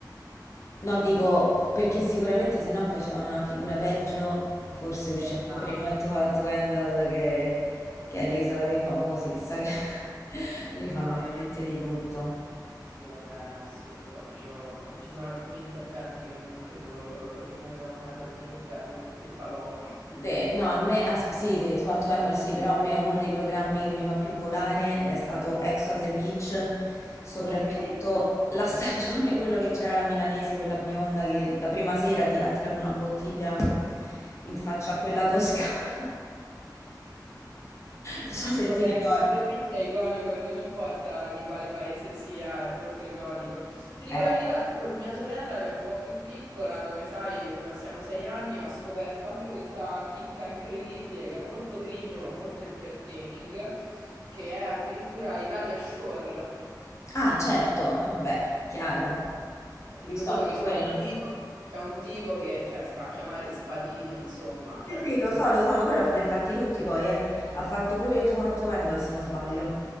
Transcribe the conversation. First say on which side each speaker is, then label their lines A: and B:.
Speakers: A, on the left; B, on the right.
A: No, dico perché sicuramente se no faceva una figura peggio, forse uscendo
B: Esatto,
A: prima tu a tu Handle che, che è l'isola dei famosi, chissà che <laughs> lì fanno
B: esatto.
A: veramente di tutto.
B: Sì, vabbè, no, assurdo. Io ci sono alcuni interventi che non credo rimuoverò mai dal mio cervello, dei falò.
A: De- no, a me, asp- sì, de, Too Hot to Handle sì, però a me uno dei programmi che mi fa più volare è stato Ex on the Beach, soprattutto
B: Incredibile.
A: la <laughs> stagione, quello che c'era la milanese, quella bionda che la prima sera ti ha tirato una bottiglia
B: <laughs>
A: in faccia a quella toscana. <laughs> Non so se
B: Vabbè,
A: ti ricordi.
B: Ex on the Beach è iconico, non importa di quale paese sia, è molto iconico. Ti dico
A: Eh.
B: la verità, io con mia sorella che è un po' più piccola, come sai, ci passiamo sei anni, ho scoperto anche questa chicca incredibile che è molto cringe ma molto entertaining, che è addirittura Italia Shore.
A: Ah, certo, vabbè, chiaro.
B: Eh, Ti
A: Visto
B: dico solo
A: anche
B: che c'è
A: quello.
B: un tipo, c'è un tipo che, cioè, si fa chiamare Spadino, insomma,
A: Sì,
B: cioè
A: sì, sì,
B: che comunque...
A: lo so, lo so, ma quello li ha fatti tutti poi, eh. Ha fatto pure Too Hot to Handle, se non sbaglio.